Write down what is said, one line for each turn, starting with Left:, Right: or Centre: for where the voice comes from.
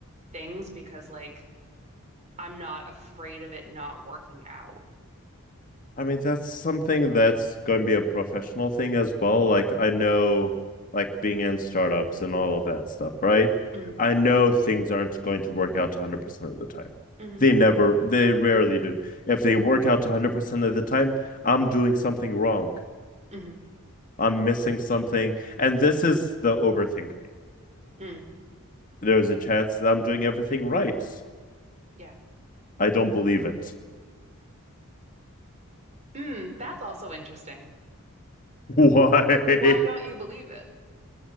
Right: things because like I'm not afraid of it not working out.
Left: I mean that's something that's going to be a professional thing as well. Like I know, like being in startups and all of that stuff, right?
Right: Mm,
Left: I know things aren't going to work out 100% of the time.
Right: mm,
Left: They never, they rarely do. If they work out 100% of the time, I'm doing something wrong.
Right: mm,
Left: I'm missing something. And this is the overthinking.
Right: mm,
Left: There's a chance that I'm doing everything right.
Right: yeah.
Left: I don't believe it.
Right: Mm, that's also interesting.
Left: <laughs> Why?
Right: Why don't you believe it?